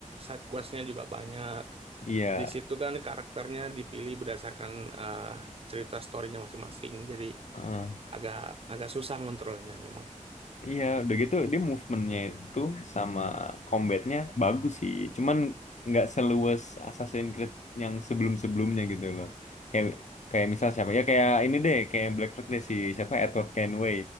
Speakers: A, on the right (about 45°); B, on the left (about 60°).
A: side questnya juga banyak.
B: Iya,
A: Di situ kan karakternya dipilih berdasarkan eh, cerita storynya masing-masing jadi
B: Heeh.
A: agak agak susah ngontrolnya memang.
B: Iya, udah gitu dia movementnya itu sama combatnya bagus sih. Cuman nggak seluas Assassin's Creed yang sebelum-sebelumnya gitu loh. Kayak kayak misal siapa ya kayak ini deh kayak Black Flag deh si siapa Edward Kenway.